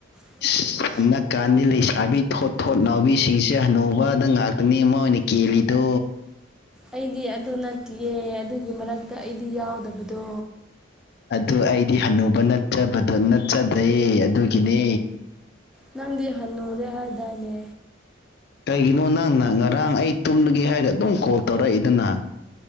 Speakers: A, in the centre; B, on the left (about 55°).
A: <inaudible>
B: ꯏꯁ ꯍꯟꯗꯛꯀꯥꯟꯗꯤ ꯂꯩꯁꯥꯕꯤ ꯊꯣꯠ ꯊꯣꯠ ꯂꯥꯎꯕꯤꯁꯤꯡꯁꯦ ꯍꯅꯨꯕꯗ ꯉꯥꯛꯇꯅꯤ ꯃꯣꯏꯅ ꯀꯦꯜꯂꯤꯗꯣ
A: ꯑꯩꯗꯤ ꯑꯗꯨ ꯅꯠꯇꯤꯌꯦ ꯑꯗꯨꯒꯤ ꯃꯔꯛꯇ ꯑꯩꯗꯤ ꯌꯥꯎꯗꯕꯗꯣ
B: ꯑꯗꯨ ꯑꯩꯗꯤ ꯍꯟꯅꯨꯕ ꯅꯠꯆꯕꯗꯣ ꯅꯠꯆꯗ꯭ꯔꯦ ꯑꯗꯨꯒꯤꯅꯦ
A: ꯅꯪꯗꯤ ꯍꯟꯅꯨꯨꯔꯦ ꯍꯥꯏꯗꯥꯏꯅꯦ
B: ꯀꯩꯒꯤꯅꯣ ꯅꯪꯅ ꯉꯔꯥꯡ ꯑꯩ ꯇꯨꯝꯂꯒꯦ ꯍꯥꯏꯔꯒ ꯑꯗꯨꯝ ꯀꯣꯜ ꯇꯧꯔꯛꯏꯗꯨꯅ